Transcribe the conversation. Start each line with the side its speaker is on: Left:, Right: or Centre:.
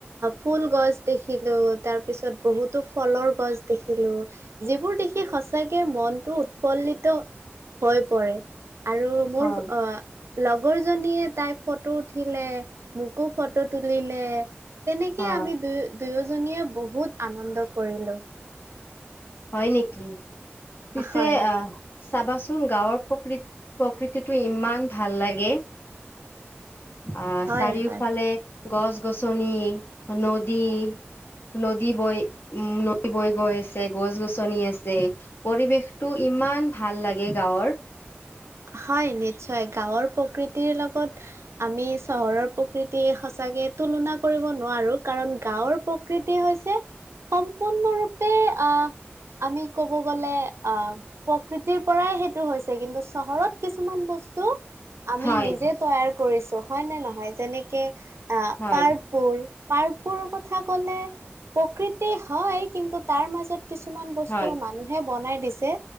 Right: ফুল গছ দেখিলো তাৰ পিছত বহুতো ফলৰ গছ দেখিলো যিবোৰ দেখি সঁচাকে মই টো উৎফুল্লিত হৈ পৰে আৰু মোৰ
Left: হয়
Right: অ লগৰ জনীয়ে তাই ফটো উঠিলে মোকো ফটো। ফটো তুলিলে তেনেকে
Left: অ
Right: আমি দুই। দুয়োজনীয়ে বহুত আনন্দ কৰিলোঁ
Left: হয় নেকি পিছে
Right: হয়
Left: আহ চাবাচোন গাঁৱৰ প্ৰকৃ প্ৰকৃতিটো ইমান ভাল লাগে আহ
Right: হয়
Left: চাৰিওফালে
Right: হয়
Left: গছ গছনি নদী। নদী বৈ উম নদী বৈ গৈ আছে। গছ গছনি আছে পৰিৱেশটো ইমান ভাল লাগে গাঁৱৰ
Right: হয় নিশ্চয় গাঁৱৰ প্ৰকৃতিৰ লগত আমি চহৰৰ প্ৰকৃতি সঁচা তাকে তুলনা কৰিব নোৱাৰো কাৰণ গাঁৱৰ প্ৰকৃতি হৈছে সম্পূৰ্ণৰূপে আহ আমি কব গ'লে আহ প্ৰকৃতিৰ পৰাই সেইটো হৈছে কিন্তু চহৰত কিছুমান বস্তু আমি
Left: হয়
Right: নিজে তৈয়াৰ কৰিছোঁ। হয় নে নহয় যেনেকে আ
Left: হয়
Right: পাৰকবোৰ পাৰ্কবোৰ কথা ক'লে প্ৰকৃতি হয় কিন্তু তাৰ মাজত কিছুমান বস্তু
Left: হয়
Right: মানুহে বনাই দিছে